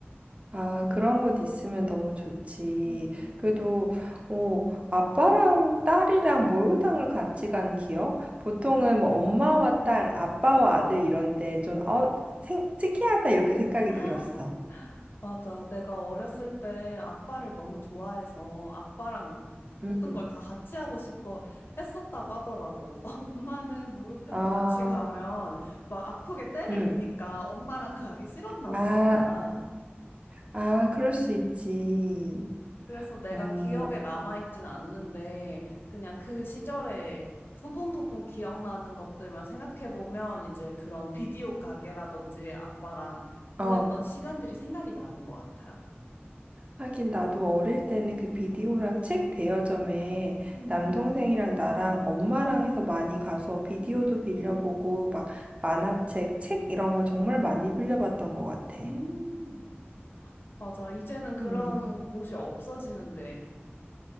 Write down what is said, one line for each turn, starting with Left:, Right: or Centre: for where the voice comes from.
Right: 아, 그런 곳 있으면 너무 좋지.
Left: 음.
Right: 그래도, 어, 아빠랑 딸이랑 목욕탕을 같이 간 기억? 보통은 뭐 엄마와 딸, 아빠와 아들 이런데 좀, 어, 생, 특이하다 이렇게 생각이
Left: 아,
Right: 들었어.
Left: 맞아. 내가 어렸을 때 아빠를 너무 좋아해서 아빠랑 모든
Right: 음.
Left: 걸 다 같이 하고 싶어 했었다고 하더라고. <laughs> 엄마는 목욕탕에
Right: 아,
Left: 같이 가면 막 아프게 때를
Right: 음.
Left: 미니까 엄마랑 가기 싫었나
Right: 아,
Left: 봐, 내가.
Right: 아, 그럴 수 있지.
Left: 그래서 내가
Right: 음,
Left: 기억에 남아있진 않는데, 그냥 그 시절에 부분 부분 기억나는 것들만 생각해보면, 이제 그런 비디오 가게라든지 아빠랑 보냈던
Right: 어.
Left: 시간들이 생각이 나는 것 같아.
Right: 하긴 나도 어릴 때는 그 비디오랑 책 대여점에
Left: 음.
Right: 남동생이랑 나랑 엄마랑 해서 많이 가서 비디오도 빌려보고 막 만화책, 책 이런 거 정말 많이 빌려봤던 것 같아.
Left: 음, 맞아. 이제는 그런
Right: 음,
Left: 곳이 없어지는데.